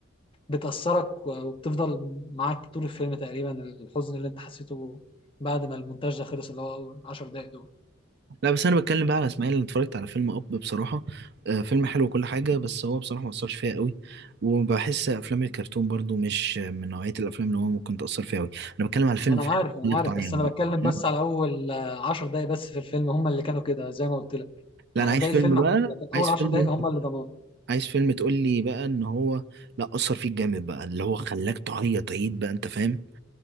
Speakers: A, on the left; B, on the right.
A: بتأثرك وبتفضل معاك طول الفيلم تقريبا الحزن اللي انت حسيته بعد ما المونتاج ده خلص اللي هو أول 10 دقايق دول
B: لا بس انا بتكلم بقى على اسماعيل انا اتفرجت على فيلم اب بصراحه آه، فيلم حلو وكل حاجه بس هو بصراحه ما اثرش فيا قوي وبحس افلام الكرتون برضو مش من نوعيه الافلام اللي هو ممكن تاثر فيا قوي انا بتكلم على فيلم
A: وأنا عارف أنا
B: اللي بتعيط
A: عارف بس أنا
B: بقى
A: بتكلم
B: فاهم؟
A: بس على أول 10 دقايق بس في الفيلم هم اللي كانوا كده زي ما قلت لك يعني
B: لا انا عايز
A: باقي
B: فيلم
A: الفيلم عادي
B: بقى
A: لكن
B: عايز
A: أول 10
B: فيلم
A: دقايق هم اللي ضمان
B: عايز فيلم تقول لي بقى ان هو لا اثر فيك جامد بقى اللي هو خلاك تعيط عيد بقى انت فاهم